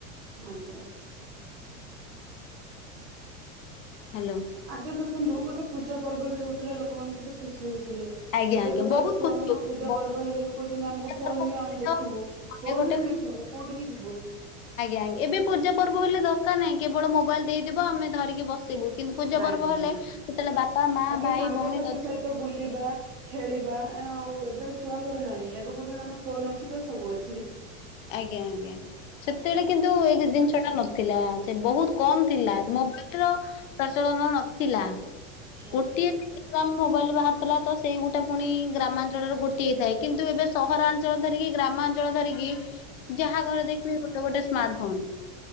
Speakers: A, on the right; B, on the left.
A: ଆଜ୍ଞା।
B: ହ୍ୟାଲୋ।
A: ଆଗେ ଦେଖନ୍ତୁ ଗୋଟେ ପୂଜା ପର୍ବ ବି ହଉଥିଲା ଲୋକ ମାନଙ୍କୁ ଦେ ଖୁସି ହଉଥିଲେ
B: ଆଜ୍ଞା
A: ଏବେ
B: ଆଜ୍ଞା
A: ତ <unintelligible>
B: ବହୁତ
A: ଛୁଆ
B: ଖୁସି
A: ମାନଙ୍କ
B: ହଉଥିଲି।
A: ପୂଜା
B: ଗୋଟେ
A: ପର୍ବ ହେଲେ କହୁଛନ୍ତି ଆମକୁ ଫୋନ
B: ଥରକ
A: ଦିଅ
B: ଗୋଟେ
A: ଆମେ ଦେଖିବୁ ଫୋନ
B: ଗୋଟେ
A: ହିଁ ଦେଖିବୁ କୋଉଠିକି ଯିବୁନି।
B: ନାଇଁ ଏବେ ପୂଜା ପର୍ବ ହେଲେ ଦରକାର ନାହିଁ କେବଳ ମୋବାଇଲ ଦେଇଦବ ଆମେ ଧରିକି ବସିବୁ। କିନ୍ତୁ ପୂଜା
A: ଆଜ୍ଞା
B: ପର୍ବ ହେଲେ ସେତେବେଳେ ବାପା, ମା,
A: ଆଗେ
B: ଭାଇ
A: ସାଙ୍ଗସାଥି
B: ଭଉଣୀ, ଦ
A: ସହିତ ବୁଲିବା ଖେଳିବା ଆଉ ଏବେ ଛୁଆଙ୍କର ନାହିଁ ଏବେ କହୁଛନ୍ତି ଆମ ଫୋନ ଅଛି ତ ସବୁ ଅଛି।
B: ଆଜ୍ଞା ଆଜ୍ଞା ସେତେବେଳେ
A: ଆଜ୍ଞା
B: କିନ୍ତୁ ଏଇ ଜିନିଷ ଟା ନଥିଲା ସେ ବହୁତ୍ କମ ଥିଲା ମୋ <unintelligible> ପ୍ରଚଳନ ନଥିଲା
A: ଆଜ୍ଞା
B: ଗୋଟିଏ <unintelligible> ମୋବାଇଲ ବାହାରାରୁଥିଲା ତ ସେଇ ଗୋଟା ପୁଣି ଗ୍ରାମାଞ୍ଚଳରେ ଗୋଟି ହେଇଥାଏ କିନ୍ତୁ ଏବେ ସହରାଞ୍ଚଳ ଧରିକି ଗ୍ରାମାଞ୍ଚଳ ଧରିକି ଯାହା ଘରେ ଦେଖିବେ ଗୋଟେ ଗୋଟେ ସ୍ମାର୍ଟ ଫୋନ୍।